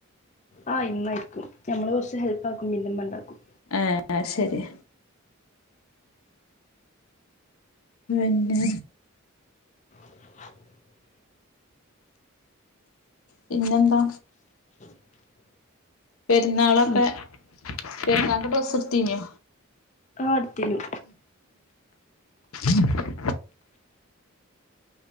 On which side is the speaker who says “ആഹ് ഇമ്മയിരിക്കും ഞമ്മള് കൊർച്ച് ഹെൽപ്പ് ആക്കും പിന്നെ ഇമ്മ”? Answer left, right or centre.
Left